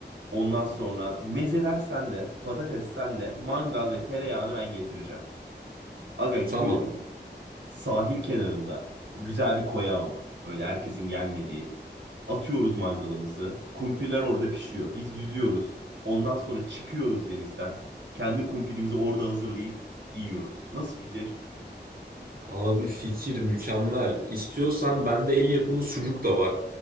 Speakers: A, on the right; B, on the right.
A: Ondan sonra mezeler sende, patates sende, mangal ve tereyağını ben getireceğim. Aga gidiyoruz
B: Tamam.
A: sahil kenarında. Güzel bir koya ama. Öyle herkesin gelmediği. Atıyoruz mangalımızı. Kumpirler orada pişiyor. Biz yüzüyoruz. Ondan sonra çıkıyoruz denizden. Kendi kumpirimizi orada hazırlayıp yiyoruz. Nasıl fikir?
B: Abi fikir mükemmel. İstiyorsan bende el yapımı sucuk da var.